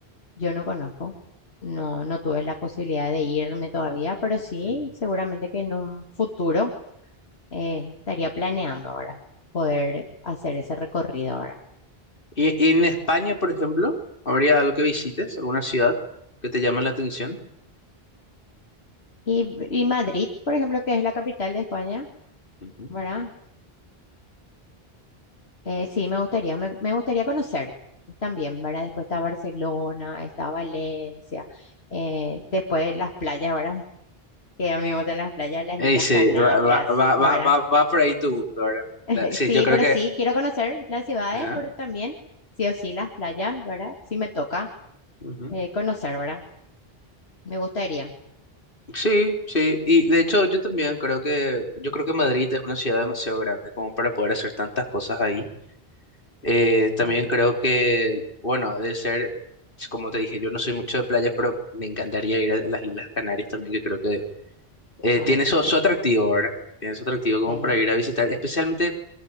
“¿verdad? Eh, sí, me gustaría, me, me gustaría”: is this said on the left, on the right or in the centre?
Left